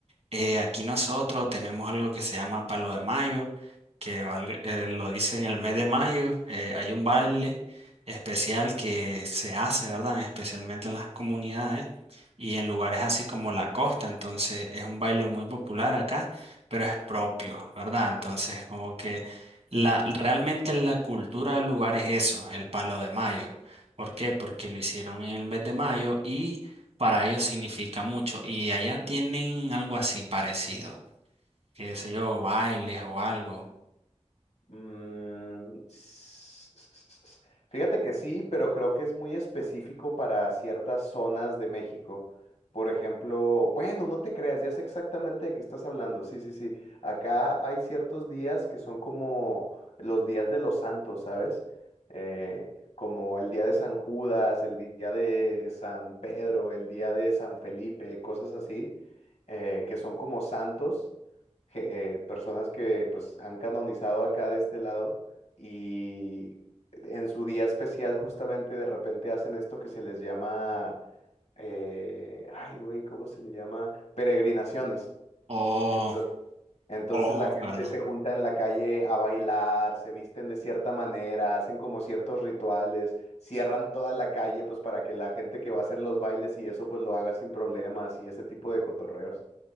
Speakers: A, on the right; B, on the left.
A: Eh, aquí nosotros tenemos algo que se llama Palo de Mayo, que valga- eh, lo dice en el mes de mayo. eh, hay un baile especial que se hace, ¿verdad? Especialmente en las comunidades y en lugares así como la costa. Entonces es un baile muy popular acá, pero es propio, ¿verdad? Entonces como que la, realmente la cultura del lugar es eso, el Palo de Mayo. ¿Por qué? Porque lo hicieron en el mes de mayo y para ellos significa mucho. Y allá tienen algo así parecido, qué sé yo, bailes o algo.
B: Mm, s- s- s- s- Fíjate que sí, pero creo que es muy específico para ciertas zonas de México. Por ejemplo, bueno, no te creas, ya sé exactamente de qué estás hablando. Sí, sí, sí. Acá hay ciertos días que son como los días de los santos, ¿sabes? Eh, como el día de San Judas, el día de San Pedro, el día de San Felipe, cosas así, eh, que son como santos je- eh, personas que pues han canonizado acá de este lado y en su día especial justamente de repente hacen esto que se les llama, eh, ay güey, ¿cómo se le llama? Peregrinaciones.
A: Oh,
B: entonces Entonces
A: oh,
B: la gente
A: ¿verdad?
B: se junta en la calle a bailar, se visten de cierta manera, hacen como ciertos rituales, cierran toda la calle pues para que la gente que va a hacer los bailes y eso pues lo haga sin problemas y ese tipo de cotorreos.